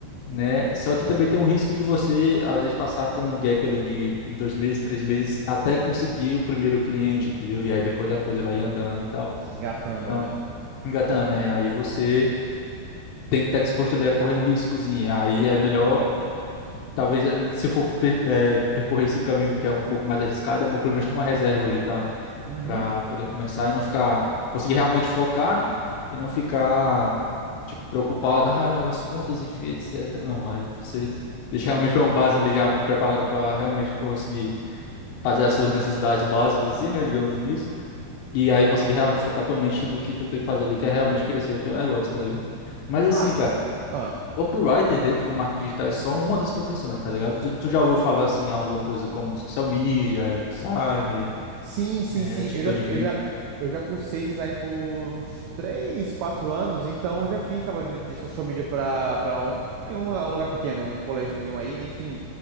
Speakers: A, on the left (about 80°); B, on the right (about 80°).
A: né? Só que também tem um risco de você, às vezes, passar com um gap ali de dois meses, três meses, até conseguir o primeiro cliente, entendeu? E aí depois a coisa vai andando e tal.
B: engatando,
A: Então,
B: né?
A: engatando, né? Aí você tem que estar disposto ali a correr um riscozinho. Aí é melhor, talvez, eh, se for per- eh, percorrer esse caminho que é um pouco mais arriscado, é bom pelo menos ter uma reserva ali e tal, né?
B: Uhum.
A: Pra poder começar e não ficar, conseguir realmente focar, né? E não ficar, tipo, preocupado, ah, as contas, enfim, etc. Não, aí você deixa realmente uma base ali já preparada para realmente conseguir fazer as suas necessidades básicas, assim, né? Digamos assim. E aí conseguir realmente focar tua mente no que tu tem que fazer ali, que é realmente crescer o teu negócio, tá ligado? Mas assim,
B: Ah,
A: cara,
B: ah,
A: copywriter dentro do marketing digital é só uma das profissões, tá ligado? Tu, tu já ouviu falar assim em alguma coisa como social media, eh, designer,
B: sim, sim,
A: eh,
B: sim,
A: editor
B: eu já, fi-
A: de vídeo?
B: eu já, eu já cursei design por uns 3, 4 anos, então eu já fiz trabalho de, de social media pra, pra um, um lugar, um lugar pequeno, né? Um colégiozinho aí, né? Enfim,